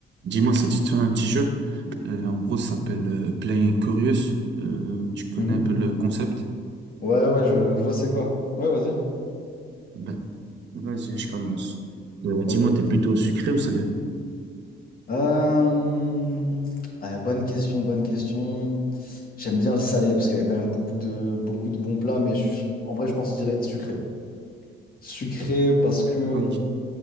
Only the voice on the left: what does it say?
Mhm.
Ouais, ouais, je, je vois c'est quoi. Ouais, vas-y.
Ok.
Euh, ouais, bonne question, bonne question. J'aime bien le salé parce qu'il y a quand même beaucoup de, beaucoup de bons plats, mais je- en vrai, je pense que je dirais sucré. Sucré parce que